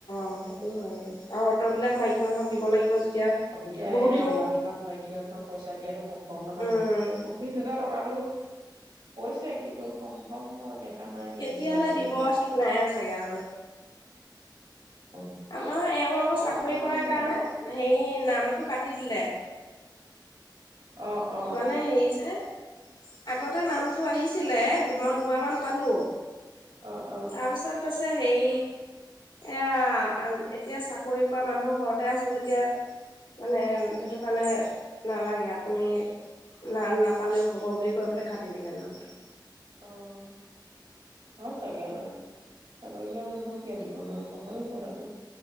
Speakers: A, on the left (about 75°); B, on the right (about 75°).
A: অ', সেইটো হয় আৰু অট বিলাক মাইকী মানুহক দিব লাগিব। যেতিয়া
B: এতিয়া
A: বহুতখিনি
B: এয়া লাখ লাখ মাইকী মানুহক পইচা দিয়াটো সম্ভৱ নহয়।
A: উম
B: পঁচিশ হাজাৰ টকাতো। কৈছে কিন্তু সম্ভৱ মই দেখা। নাই
A: কেতিয়ালৈ
B: পাৰিব
A: দিব ঠিক নাই চাগে আৰু।
B: অ
A: আমাৰ এওঁ আকৌ চাকৰি
B: আশা কৰা
A: কৰে
B: নাই
A: কাৰণে
B: বাৰু
A: হেৰি নামটো কাটি দিলে।
B: অ অ
A: মানে হেৰি যে। আগতে নামটো আহিছিলে মই দুবাৰমান পালো।
B: অ অ
A: তাৰপিছত কৈছে। আছে হেৰি এয়া এতিয়া চাকৰি কৰা মানুহৰ ঘৰতে আছে যেতিয়া মানে সেইটো কাৰণে নালাগে আপুনি। না নাপালেও হ'ব বুলি কৈ পেলাই কাটি দিলে নামটো।
B: অ', হয় চাগে অ চাকৰি কৰা মানুহক কিয় দিব নো হয় ও কথাটো